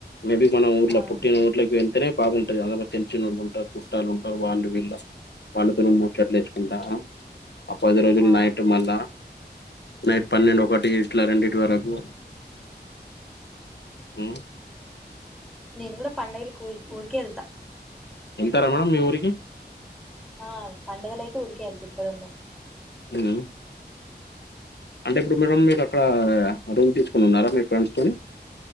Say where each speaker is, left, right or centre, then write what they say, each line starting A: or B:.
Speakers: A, on the left; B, in the centre.
A: మేబి మనం ఇట్లా
B: అవును
A: పుట్టిన ఊర్లోకి వెళ్ తొనే బాగుంటుంది అందరు తెలిచినొళ్ళు ఉంటారు చుట్టాలు ఉంటారు వాళ్ళు వీళ్ళ వాళ్ళ పిల్లలు ముచ్చట్లు యేసుకుంటా
B: ఉమ్,
A: ఆ ఆ పది రోజులు
B: ఆ
A: నైట్ మళ్ళా నైట్ పన్నెండు ఒకటి ఇట్లా రెండిటి వరకు మ్మ్
B: అవును నేను కూడా పండగలకు ఊరు ఊరికే యేళ్తా
A: యేళ్తార మేడం మీ ఊరికి
B: ఆ పండుగలు అయితే ఊరికే వెళ్తా ఇక్కడ ఉండం
A: ఉనా అంటే ఇప్పుడు మేడమ్ మీరు అక్కడ రూమ్ తీసుకుని ఉన్నారా మీ ఫ్రెండ్స్ తొని